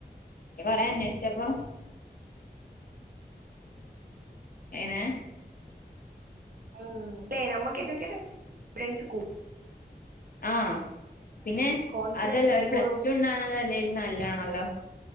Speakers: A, on the left; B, on the right.
A: കൊറേ അന്വേഷിച്ചപ്പൊ എങ്ങനെ
B: ഉ അതെ നമ്മുക്ക് എഡ്യൂക്കേഷൻ കു
A: ആ പിന്നെ
B: കോൺഫിഡൻസ്
A: അതല്ല ഒരു പ്ലസ്
B: കൂടും
A: ടു ഉണ്ടാണത് അല്ലേലും നല്ലാണല്ലോ